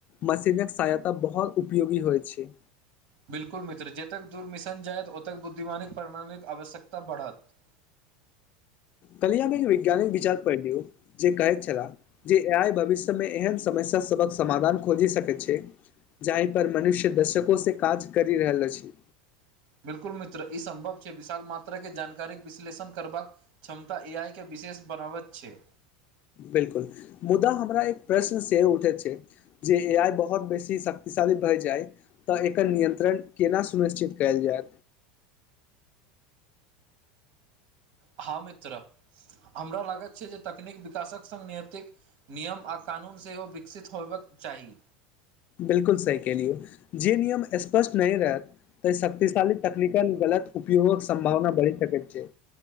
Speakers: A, on the left; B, on the right.
A: मशीनक सहायता बहुत उपयोगी होइ छै
B: बिल्कुल मित्र जतक दूर्मिशन जायत ओतेक बुद्धिमानिक प्रणालीक आवश्यकता बढ़त
A: कल्हि हम एक वैज्ञानिक विचार पढ़लियौ जे कहैत छलाह जे आइ भविष्य मे एहन समस्या सबक समाधान खोजि सकैत छै जाहि पर मनुष्य दशको से काज करि रहल अछि
B: बिल्कुल मित्र ई सम्भव छै विशाल मात्राके जानकारीके विश्लेषण करबाक क्षमता ए आइ के विशेष बनावत छै
A: बिलकुल मुदा हमरा एक प्रश्न सेहो उठैत छै जे ए आइ बहुत बेसी शक्तिशाली भय जाय तऽ एकर नियन्त्रण केना सुनिश्चित कयल जाय
B: हाँ मित्रा हमरा लागैत छै जे तकनीक विकासक सङ्ग नियतिक नियम आ कानून सेहो विकसित होयबाक चाही
A: बिलकुल सही केलियौ जे नियम स्पष्ट नहि रहत तऽ शक्तशाली टेक्निकल गलत उपयोगक संभावना बढ़ि सकैत छै